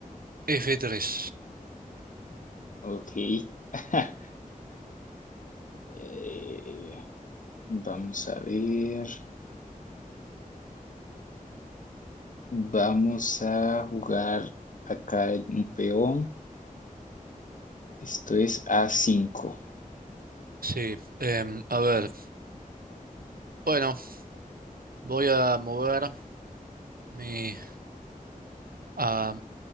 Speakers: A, on the right; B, on the left.
A: f tres.
B: Ok. <laughs> Eh, vamos a ver. Vamos a jugar acá un peón. Esto es a cinco
A: Sí, em, a ver. Bueno, voy a mover mi. a-